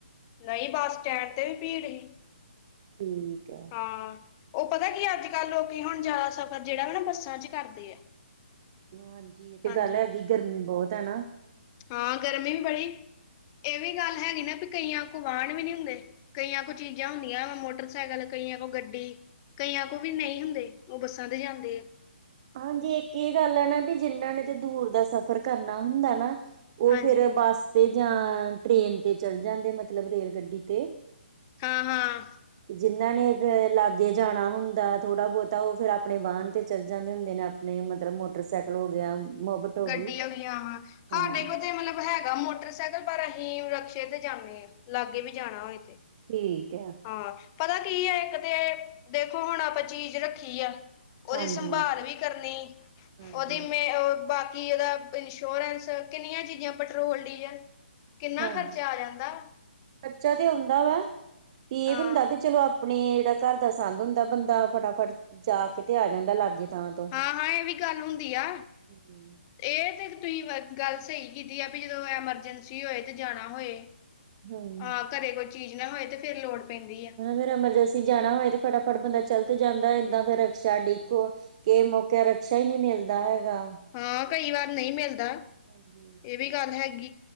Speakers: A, on the left; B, on the right.
A: ਨ‌ਈ ਬੱਸ ਸਟੈਂਡ ਤੇ ਵੀ ਭੀੜ ਹੀ।
B: ਠੀਕ ਐ।
A: ਹਾਂ, ਓ ਪਤਾ ਕੀ ਅੱਜ-ਕੱਲ ਲੋਕੀ ਹੁਣ ਜਾਦਾ ਸਫ਼ਰ ਜੇੜਾ ਵਾ ਨਾ ਬੱਸਾਂ ਚ ਕਰਦੇ ਆ।
B: ਹਾਂਜੀ ਏਹ ਤੇ
A: ਹਾਂਜੀ
B: ਗੱਲ ਹੈਗੀ ਗਰਮੀ ਬਹੁਤ ਐ ਨਾ?
A: ਹਾਂ ਗਰਮੀ ਵੀ ਬੜੀ, ਏਹ ਵੀ ਗੱਲ ਹੈਗੀ ਨਾ ਵੀ ਕਈਆਂ ਕੋ ਵਾਹਨ ਵੀ ਨੀ ਹੁੰਦੇ। ਕਈਆ ਕੋ ਚੀਜ਼ਾਂ ਹੁੰਦੀਆਂ ਮੋਟਰਸਾਈਕਲ, ਕਈਆ ਕੋ ਗੱਡੀ ਕਈਆ ਕੋ ਵੀ ਨ‌ਈ ਹੁੰਦੇ, ਓ ਬੱਸਾਂ ਤੇ ਜਾਂਦੇ ਆ।
B: ਹਾਂਜੀ ਇੱਕ ਏਹ ਗੱਲ ਆ ਨਾ ਵੀ ਜਿੰਨਾਂ ਨੇ ਤੇ ਦੂਰ ਦਾ ਸਫ਼ਰ ਕਰਨਾ ਹੁੰਦਾ ਨਾ। ਓ
A: ਹਾਂਜੀ
B: ਫੇਰ ਬੱਸ ਤੇ ਜਾਂ, ਟ੍ਰੇਨ ਤੇ ਚਲ ਜਾਂਦੇ ਮਤਲਬ ਰੇਲ ਗੱਡੀ ਤੇ।
A: ਹਾਂ-ਹਾਂ।
B: ਜਿਨਾਂ ਨੇ ਲਾਗੇ ਫੇਰ ਜਾਣਾ ਹੁੰਦਾ ਥੋੜ੍ਹਾ-ਬਹੁਤਾ ਓ ਫੇਰ ਆਪਣੇ ਵਾਹਨ ਤੇ ਚੱਲ ਜਾਂਦੇ ਹੁੰਦੇ ਨੇ। ਨਈ ਮਤਲਬ ਮੋਟਰਸਾਈਕਲ ਹੋ ਗਿਆ। ਮੋਬਟ ਹੋ
A: ਗੱਡੀਆਂ
B: ਗਈ
A: ਹੋਗੀਆ ਹਾਂ,
B: ਹਾਂ
A: ਹਾਡੇ ਕੋਲ ਤੇ ਮਤਲਬ ਹੈਗਾ ਮੋਟਰਸੈ ਕਲ ਪਰ ਅਹੀ ਰਕਸ਼ੇ ਤੇ ਜਾਨੇ ਆ, ਲਾਗੇ ਵੀ ਜਾਣਾ ਹੋਏ ਤੇ।
B: ਠੀਕ ਹੈ
A: ਹਾਂ ਪਤਾ ਕੀ ਐ ਇੱਕ ਤੇ ਦੇਖੋ ਹੁਣ ਆਪਾਂ ਚੀਜ਼ ਰੱਖ ਰੱਖੀ ਆ, ਓਦੀ
B: ਹਾਂਜੀ
A: ਸੰਭਾਲ ਵੀ ਕਰਨੀ,
B: ਹਾਂਜੀ
A: ਓਦੀ ਮੈਂ ਓ ਬਾ ਕੀ ਓਦਾ ਇੰਸ਼ੋਰੈਂਸ ਕਿੰਨੀਆਂ ਚੀਜ਼ਾਂ ਪੈਟਰੋਲ, ਡੀਜ਼ਲ ਕਿੰਨਾ
B: ਹਾਂ
A: ਖਰਚਾ ਆ ਜਾਂਦਾ।
B: ਖਰਚਾ ਤੇ ਹੁੰਦਾ ਵਾ, ਵੀ ਏਹ
A: ਹਾਂ,
B: ਹੁੰਦਾ ਵੀ ਚਲੋ ਆਪਣੇ ਜੇੜਾ ਘਰ ਦਾ ਸੰਦ ਹੁੰਦਾ ਬੰਦਾ ਫਟਾਫਟ ਜਾ ਕੇ ਤੇ ਆ ਜਾਂਦਾ ਲਾਗੇ ਥਾਂ ਤੋਂ।
A: ਹਾਂ-ਹਾਂ ਏਹ ਵੀ ਗੱਲ ਹੁੰਦੀ ਆ।
B: ਹੂੰ।
A: ਏਹ ਤੇ ਤੁਸੀਂ ਗੱਲ ਸ‌ਈ ਕੀਤੀ ਆ ਵੀ ਜਦੋਂ ਐਮਰਜੈਂਸੀ ਹੋਏ ਤੇ ਜਾਣਾ ਹੋਏ।
B: ਹਮ
A: ਹਾਂ, ਘਰੇ ਕੋਈ ਚੀਜ਼ ਨਾ ਹੋਏ ਤੇ ਫੇਰ ਲੋੜ ਪੈਂਦੀ ਆ।
B: ਫਿਰ ਐਮਰਜੈਂਸੀ ਜਾਣਾ ਹੋਏ ਤੇ ਫਟਾ ਫਟ ਬੰਦਾ ਚੱਲ ਤੇ ਜਾਂਦਾ ਇੱਦਾਂ ਫੇਰ ਰਕਸ਼ਾ ਡਿੱਕੋ ਕਿ ਮੌਕੇ ਰਕਸ਼ਾ ਹੀ ਨਹੀਂ ਮਿਲਦਾ ਹੈਗਾ।
A: ਹਾਂ, ਕਈ ਵਾਰ ਨਹੀਂ ਮਿਲਦਾ।
B: ਹਾਂਜੀ।
A: ਇਹ ਵੀ ਗੱਲ ਹੈਗੀ।